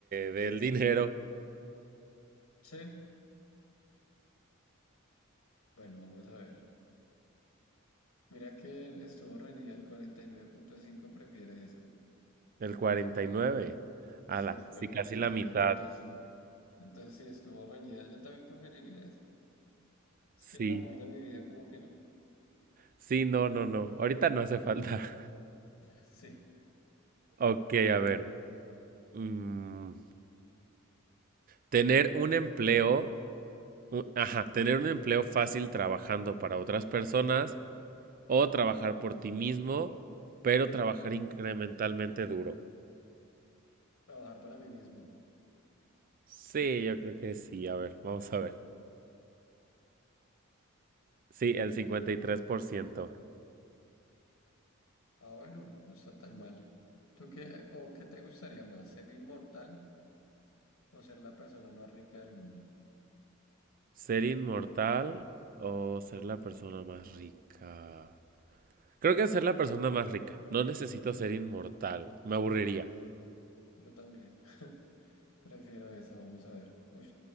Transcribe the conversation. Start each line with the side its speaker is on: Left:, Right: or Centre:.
Right: dé el dinero
Left: sí. Bueno, vamos a ver. Mira que estuvo reñida el 49.5, prefiere esa.
Right: El 49, ala,
Left: Sí, el
Right: sí,
Left: cuarenta
Right: casi la mitad.
Left: y nueve punto cinco. Entonces sí, estuvo reñida. Yo también preferiría eso. Es
Right: Sí.
Left: que el amor de mi vida como que no.
Right: Sí, no, no, no. Ahorita no hace falta. <laughs>
Left: <laughs> Sí,
Right: Ok, a ver.
Left: no,
Right: mm, tener un empleo, un- ajá, tener un empleo fácil trabajando para otras personas o trabajar por ti mismo, pero trabajar incrementalmente duro.
Left: trabajar para mí mismo.
Right: Sí, yo creo que sí. A ver, vamos a ver. Sí, el cincuenta y tres por ciento,
Left: Ah, bueno, no está tan mal. ¿Tú qué, o qué te gustaría más, ser inmortal o ser la persona más rica del mundo?
Right: ¿Ser inmortal o ser la persona más rica? Creo que ser la persona más rica. No necesito ser inmortal. Me aburriría.
Left: Yo también. <laughs> Prefiero esa, vamos a ver. Uy,